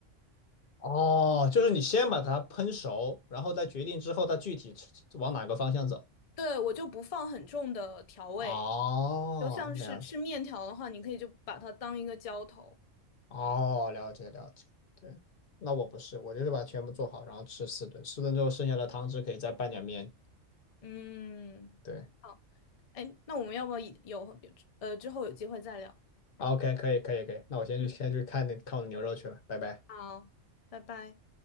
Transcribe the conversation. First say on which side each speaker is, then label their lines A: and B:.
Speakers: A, on the left; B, on the left.
A: 哦，就是你先把它烹熟，然后再决定之后它具体吃往哪个方向走。
B: 对，我就不放很重的调味，
A: 哦，
B: 就像是吃面条的话，
A: 了解，
B: 你可以就把它当一个浇头。
A: 哦，了解，了解，对，那我不是，我就是把全部做好，然后吃四顿，四顿之后剩下的汤汁可以再拌点面。
B: 嗯，
A: 对
B: 好，哎，那我们要不要以有呃之后有机会再聊？
A: ，OK，可以，可以，可以，那我先去先去看那看我的牛肉去了，
B: 嗯，
A: 拜拜。
B: 好，拜拜。